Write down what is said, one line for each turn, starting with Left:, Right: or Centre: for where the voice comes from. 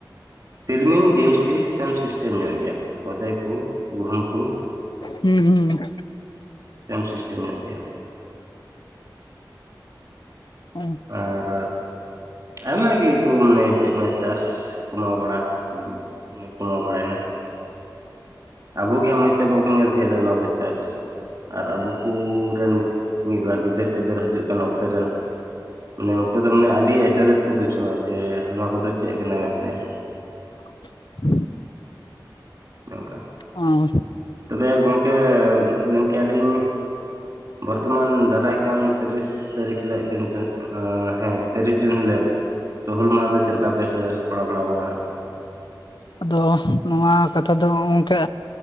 Right: ᱛᱤᱞᱢᱤᱧ ᱰᱤᱢᱥᱤ ᱥᱮᱢ ᱥᱤᱥᱴᱮᱢ ᱧᱚᱜ ᱜᱮᱭᱟ, ᱠᱚᱫᱮ ᱠᱚ, ᱜᱩᱦᱩᱢ ᱠᱩ
Left: ᱦᱩᱸ ᱦᱩᱸ ᱾
Right: ᱥᱮᱢ ᱥᱤᱥᱴᱮᱢ ᱧᱚᱜ ᱜᱮᱭᱟ ᱾
Left: ᱦᱩᱸ
Right: ᱟᱨ ᱟᱭᱢᱟ ᱜᱮᱠᱚ ᱢᱟᱱᱮ ᱪᱮᱫ ᱠᱚ ᱢᱮ ᱪᱟᱥ ᱠᱚᱢᱟᱣ ᱵᱟᱲᱟ ᱦᱩᱭᱮ ᱠᱚᱢᱟᱣ ᱵᱟᱲᱟᱭᱮᱱᱟ ᱾ ᱟᱵᱚ ᱜᱮ ᱢᱚᱡᱽ ᱛᱮ ᱵᱟᱵᱚᱱ ᱧᱮᱞ ᱛᱤᱭᱳᱜ ᱫᱟ ᱚᱱᱟ ᱠᱚ ᱪᱟᱥ ᱟᱨ ᱟᱵᱚ ᱠᱩᱻ ᱨᱮᱱ ᱢᱤᱫ ᱵᱟᱨ ᱜᱤᱫᱟᱹᱨ ᱯᱤᱫᱟᱹᱨ ᱦᱤᱡᱩᱜ ᱠᱟᱱᱟ ᱚᱠᱛᱮ ᱨᱮᱱ ᱾ ᱢᱟᱱᱮ ᱩᱱᱠᱩ ᱫᱚ ᱢᱟᱱᱮ ᱟᱹᱰᱤ ᱟᱹᱪᱚᱨᱤᱛ ᱠᱚ ᱵᱩᱡᱷᱟᱹᱣᱟ ᱡᱮ ᱱᱚᱣᱟ ᱠᱚᱫᱚ ᱪᱮᱫ ᱠᱟᱱᱟ ᱢᱮᱱᱛᱮ ᱾
Left: <inaudible>
Right: ᱚᱱᱮ ᱱᱚᱝᱠᱟ
Left: ᱚ
Right: ᱛᱚᱵᱮ ᱜᱚᱝᱠᱮ ᱢᱮᱱᱠᱮᱜᱼᱟ ᱞᱤᱧ ᱵᱚᱨᱛᱚᱢᱟᱱ ᱫᱟᱨᱟᱭ ᱠᱟᱱ ᱛᱤᱨᱤᱥ ᱛᱟᱹᱨᱤᱠᱷ ᱦᱤᱞᱳᱜ ᱡᱩᱱ ᱪᱟᱸᱫᱚ ᱦᱮᱸ ᱛᱤᱨᱤᱥ ᱡᱩᱱ ᱦᱤᱞᱳᱜ ᱛᱚ, ᱦᱩᱞ ᱢᱟᱦᱟ ᱫᱚ ᱪᱮᱫ ᱞᱮᱠᱟ ᱯᱮ ᱥᱟᱯᱲᱟᱣ ᱵᱟᱲᱟᱣ ᱟᱠᱟᱫᱟ ᱦᱟᱸᱜ?
Left: ᱟᱫᱚ ᱱᱚᱣᱟ ᱠᱟᱛᱷᱟ ᱫᱚ ᱜᱚᱢᱠᱮ